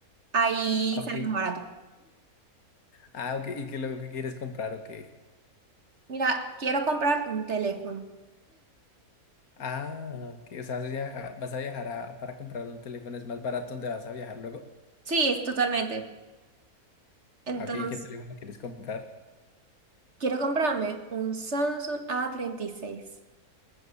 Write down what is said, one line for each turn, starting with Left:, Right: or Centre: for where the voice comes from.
Right: ahí
Left: ok.
Right: sale más barato.
Left: Ah, ok. ¿Y qué luego que quieres comprar? Ok.
Right: Mira, quiero comprar un teléfono.
Left: Ah, ok. O sea, vas a viajar, vas a viajar a- para comprar un teléfono, es más barato donde vas a viajar luego.
Right: Sí, es totalmente. Entonces,
Left: Ah, Ok, ¿y qué teléfono quieres comprar?
Right: quiero comprarme un Samsung A36.